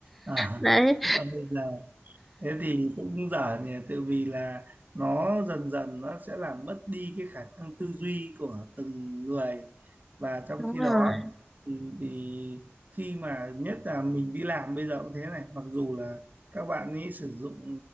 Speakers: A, on the right (about 40°); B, in the centre.
A: À,
B: Đấy,
A: bây giờ thế thì cũng dở nhỉ tự vì là nó dần dần nó sẽ làm mất đi cái khả năng tư duy của từng người và trong
B: đúng
A: khi
B: rồi.
A: đó thì, thì khi mà nhất là mình đi làm bây giờ cũng thế này mặc dù là các bạn ấy sử dụng